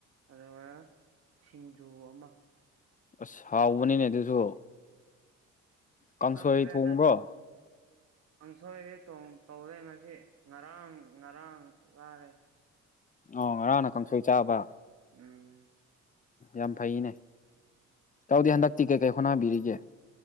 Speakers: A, on the right; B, on the left.
A: ꯑꯗꯨꯒ ꯁꯤꯡꯖꯨ ꯑꯃ
B: ꯑꯁ ꯍꯥꯎꯕꯅꯤꯅꯦ ꯑꯗꯨꯁꯨ ꯀꯥꯡꯁꯣꯏ
A: ꯈꯪꯗ꯭ꯔꯦꯗ
B: ꯊꯣꯡꯕ꯭ꯔꯣ
A: ꯀꯥꯡꯁꯣꯏꯗꯤ ꯊꯣꯡ ꯇꯧꯗꯦ ꯉꯁꯤ ꯉꯔꯥꯡ ꯉꯔꯥꯡ ꯋꯥꯔꯦ
B: ꯑꯣ ꯉꯔꯥꯡꯅ ꯀꯥꯡꯁꯣꯏ ꯆꯥꯕ꯫
A: ꯎꯝ꯫
B: ꯌꯥꯝ ꯐꯩꯅꯦ ꯏꯇꯥꯎꯗꯤ ꯍꯟꯗꯛꯇꯤ ꯀꯩꯀꯩ ꯍꯣꯅꯥꯕꯤꯔꯤꯒꯦ꯫